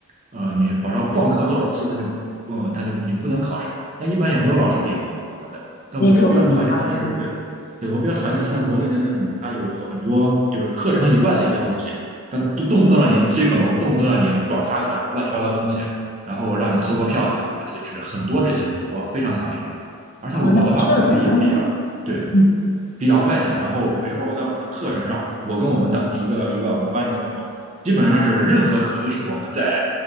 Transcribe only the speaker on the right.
呃，你好像旷课多少次，他就，嗯，他就你不能考试，但一般也没有老师点名什么的。但我比较讨厌的是，
对，对我比较讨厌的是在国内的那种，他有很多就是课程以外的一些东西，他动不动让你接个龙，动不动让你转发个乱七八糟的东西。然后让你投个票干嘛的，就是很多这些东西，我非常讨厌这个。而且我的话可能也比较对
比较外向，然后比如说我在我们的课程上，我跟我们的一个一个我们班一个朋友，基本上是任何课都是我们在